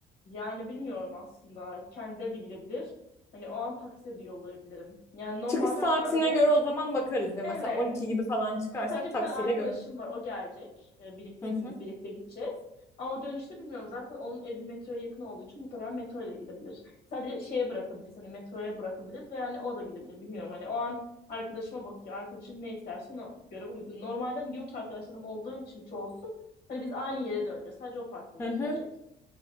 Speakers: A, on the left; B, on the left.
A: yani bilmiyorum aslında. Kendileri de gidebilir. Hani o an taksiye de yollayabilirim. Yani normalde
B: çıkış saatine
A: aslında araba
B: göre o zaman bakarız ya mesela
A: Evet.
B: 12 gibi falan çıkarsak
A: Aa, Sadece
B: taksiyle
A: bir tane arkadaşım
B: gö
A: var. O gelecek. Ee, birlikte
B: Hı
A: hepimiz
B: hı.
A: birlikte gideceğiz. Ama dönüşte bilmiyorum. Zaten onun evi metroya yakın olduğu için muhtemelen metro ile gidebilir. Sadece şeye bırakabiliriz. Hani metroya bırakabiliriz ve yani o da gidebilir. Bilmiyorum hani o an arkadaşıma bakıyor. Arkadaşım ne isterse ona göre uygun. Normalde hani yurt arkadaşlarım olduğu için çoğusu hani biz aynı yere döneceğiz. Sadece o farklı
B: Hı
A: yere
B: hı.
A: dönecek.